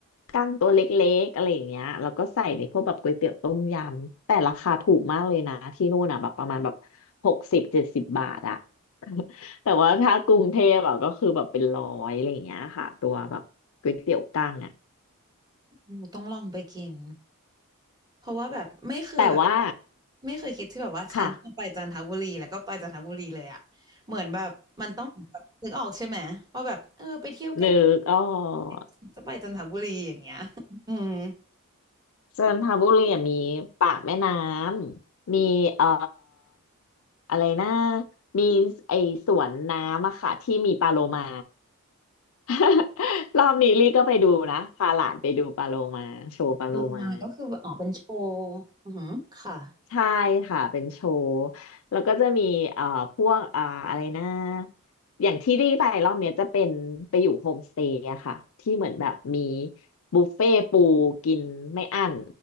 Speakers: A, on the left; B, on the right.
A: กั้งตัวเล็กๆอะไรอย่างเงี้ยแล้วก็ใส่ในพวกแบบก๋วยเตี๋ยวต้มยำแต่ราคาถูกมากเลยนะที่นู่นอะแบบประมาณแบบหกสิบเจ็ดสิบบาทอะ แต่ว่าถ้ากรุงเทพอะก็คือแบบเป็นร้อยอะไรอย่างเงี้ยค่ะตัวแบบก๋วยเตี๋ยวกั้งอะ
B: อืมต้องลองไปกิน เพราะว่าแบบไม่เคยแบบ
A: แต่ว่า
B: ไม่เคยคิดที่แบบว่าฉันจะไปจันทบุรีแล้วก็ไปจันทบุรีเลยอะเหมือนแบบมันต้องแบบนึกออกใช่ไหมว่าแบบเออไปเที่ยวใกล้
A: ค่ะ <laughs> นึกอ๋อก
B: ๆจะไปจันทบุรีอย่างเงี้ย <laughs> อืม
A: จันทบุรีอะมีปากแม่น้ำมีเอ่ออะไรนะมีไอสวนน้ำอะค่ะที่มีปลาโลมา <laughs> รอบนี้ลี่ก็ไปดูนะพาหลานไปดูปลาโลมาโชว์ปลาโลมา
B: ลงมาก็คือออกเป็นโชว์อือหือค่ะ
A: ใช่ค่ะเป็นโชว์แล้วก็จะมีเอ่อพวกอ่าอะไรนะอย่างที่รีไปรอบเนี้ยจะเป็นไปอยู่โฮมสเตย์อะค่ะที่เหมือนแบบมีบุฟเฟ่ต์ปูกินไม่อั้น